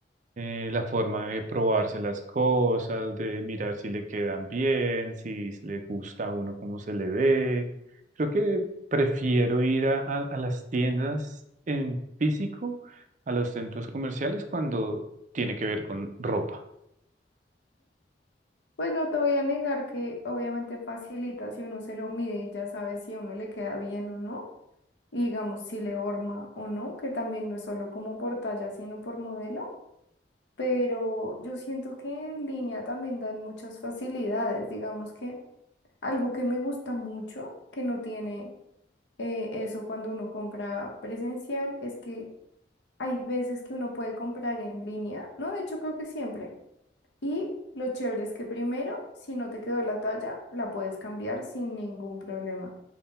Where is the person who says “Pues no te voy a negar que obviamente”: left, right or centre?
Left